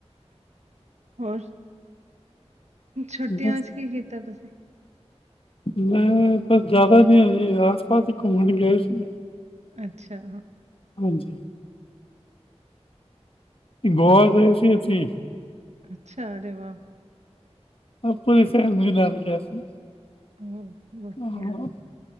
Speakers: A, on the right (about 80°); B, on the left (about 55°).
A: ਹੋਰ ਛੁੱਟੀਆਂ
B: ਬਸ
A: ਵਿੱਚ ਕੀ ਕੀਤਾ ਤੁਸੀਂ?
B: ਮੈਂ ਬਸ ਜ਼ਿਆਦਾ ਨੀ ਆ ਜੀ ਆਸ ਪਾਸ ਈ ਘੁੰਮਣ ਗਏ ਸੀ।
A: ਅੱਛਾ।
B: ਹਾਂਜੀ। ਗੋਆ ਗਏ ਸੀ ਅਸੀਂ।
A: ਅੱਛਾ ਅਰੇ ਵਾਹ।
B: ਆਪਣੀ ਫੈਮਿਲੀ ਨਾਲ ਗਿਆ ਸੀ।
A: ਹੂੰ, ਵਧੀਆ
B: ਹਾਂ,